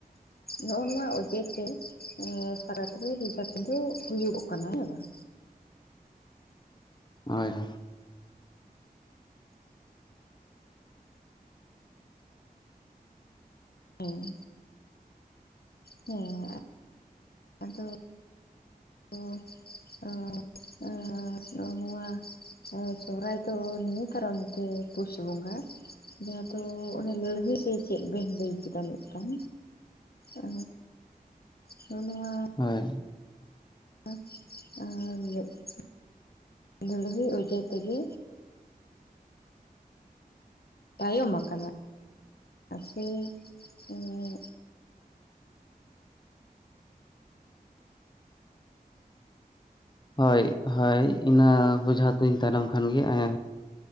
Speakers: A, on the left; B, on the left.
A: ᱱᱚᱜ ᱱᱚᱣᱟ ᱚᱡᱮᱛᱮ᱾ <unintelligible> ᱫᱚ ᱦᱩᱭᱩᱜᱚᱜ ᱠᱟᱱᱟ ᱦᱮᱸ ᱵᱟᱝ᱾
B: ᱦᱳᱭ ᱦᱳᱭ᱾
A: ᱦᱮᱸ᱾ ᱦᱮᱸ ᱟᱫᱚ᱾ ᱛᱚ-ᱚ-ᱚ-ᱱᱚᱜ-ᱚ ᱱᱚᱣᱟ᱾ ᱦᱮᱸ ᱥᱚᱦᱨᱟᱭ ᱫᱚ ᱱᱤᱭᱟᱹ ᱠᱟᱨᱚᱱᱛᱮ ᱯᱩᱥ ᱵᱚᱸᱜᱟ᱾ ᱡᱟᱦᱟᱸ ᱫᱚ ᱚᱱᱮ ᱞᱟᱹᱲᱦᱟᱹᱭ ᱥᱮ ᱪᱮᱫ ᱵᱤᱱ ᱞᱟᱹᱭ ᱠᱮᱫᱟ ᱢᱤᱫᱴᱟᱝ᱾ ᱚ ᱱᱚᱜ-ᱚ ᱱᱚᱣᱟ᱾
B: ᱦᱳᱭ᱾
A: <unintelligible> ᱟᱨᱻ᱾ ᱞᱟᱹᱲᱦᱟᱹᱭ ᱚᱡᱮ ᱛᱮᱜᱮ᱾ ᱛᱟᱭᱚᱢ ᱟᱠᱟᱱᱟ, ᱥᱮ‌ ᱦᱮᱸ
B: ᱦᱳᱭ ᱦᱳᱭ ᱤᱱᱟᱹ ᱵᱩᱡᱷᱟ ᱛᱩᱧ ᱛᱟᱭᱱᱚᱢ ᱠᱷᱟᱱ ᱜᱮ ᱮ